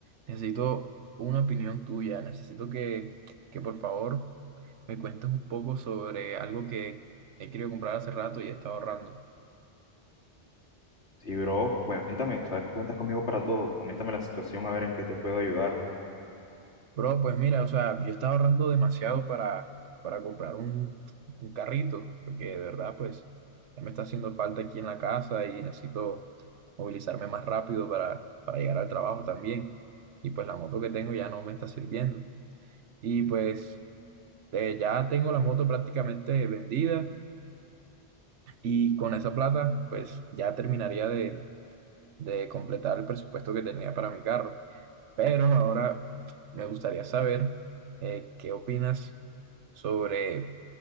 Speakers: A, on the right (about 80°); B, on the left (about 65°).
A: necesito una opinión tuya. Necesito que, que por favor me cuentes un poco sobre algo que he querido comprar hace rato y he estado ahorrando.
B: Sí, bro, cuéntame, tú sabes que cuentas conmigo para todo. Coméntame la situación, a ver en qué te puedo ayudar.
A: Bro, pues mira, o sea, yo estaba ahorrando demasiado para, para comprar un, un carrito, porque de verdad, pues, ya me está haciendo falta aquí en la casa y necesito movilizarme más rápido para, para llegar al trabajo también. Y pues la moto que tengo ya no me está sirviendo. Y pues eh, ya tengo la moto prácticamente vendida y con esa plata, pues ya terminaría de, de completar el presupuesto que tenía para mi carro. Pero ahora me gustaría saber eh, qué opinas sobre